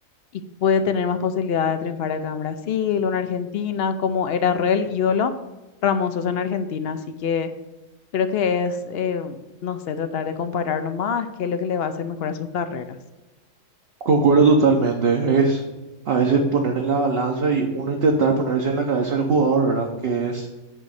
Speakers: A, on the left (about 60°); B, on the right (about 55°).
A: y puede tener más posibilidad de triunfar acá en Brasil o en Argentina, como era re el ídolo Ramón Sosa en Argentina. Así que creo que es, eh, no sé, tratar de comparar nomás qué es lo que le va a hacer mejor a sus carreras.
B: Concuerdo totalmente, es a veces poner en la balanza y uno intentar ponerse en la cabeza del jugador, ¿verdad? Que es